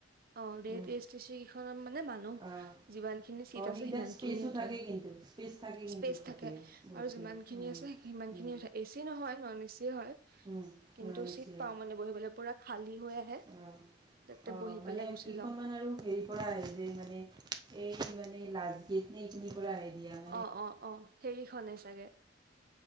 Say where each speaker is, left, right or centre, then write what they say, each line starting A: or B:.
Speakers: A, on the right (about 50°); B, on the right (about 20°).
A: অঁ ৰেড
B: হুম
A: এ এছ টি চি কেইখন মানে মান নুহ
B: অ',
A: যিমানখিনি চিত
B: অ',
A: আছে
B: সেইকেইটাত
A: সিমান
B: স্পেচো
A: খিনিয়ে উঠাই,
B: থাকে কিন্তু স্পেচ থাকে কিন্তু
A: স্পেচ
B: তাতেও
A: থাকে
B: বহুতখিনি
A: আৰু যিমান যিমানখিনি
B: উম,
A: আছে সিমানখিনিয়ে
B: উম,
A: উঠাই, এচি নহৈ নন এচি হয়
B: উম,
A: কিন্তু
B: উম, নিশ্চয়
A: চিত পাওঁ মানে। বহিবলৈ, পুৰা খালী হৈ আহে
B: অ'।
A: তাতে
B: অ',
A: বহি
B: মানে
A: পেলাই গুচি
B: কেইখনমান
A: যাওঁ।
B: আৰু হেৰিৰ পৰা যে মানে এই মানে লাচ গেট নে এইখিনিৰ পৰা আহে দিয়া মানে
A: অঁ অঁ। সেইখনে চাগে।